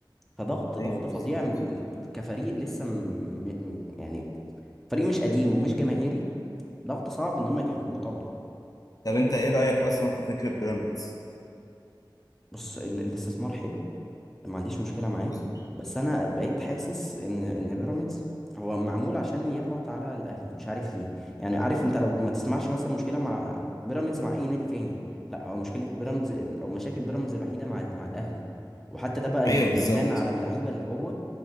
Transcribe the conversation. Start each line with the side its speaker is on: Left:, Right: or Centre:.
Centre: فضغط
Left: ايوه
Centre: ضغط
Left: بالظبط
Centre: فظيع م- م- كفريق لسه م... م- يعني فريق مش قديم ومش جماهيري ضغط صعب ان هم يتحملوه طبعا
Left: طب انت ايه رايك اصلا في فكره بيراميدز
Centre: بص ال- الاستثمار حلو ما عنديش مشكلة معاه
Left: بالظبط
Centre: بس انا بقيت حاسس ان ان بيراميدز هو معمول عشان يضغط على الاهلي مش عارف ليه يعني عارف انت لو ما تسمعش مثلا مشكلة مع بيراميدز مع اي نادي تاني لا هو مشكلة بيراميدز ال- او مشاكل بيراميدز الوحيدة مع ال- مع الاهلي وحتى ده بقى
Left: ايوه
Centre: ي- بيبان
Left: بالظبط
Centre: على اللعيبة اللي جوه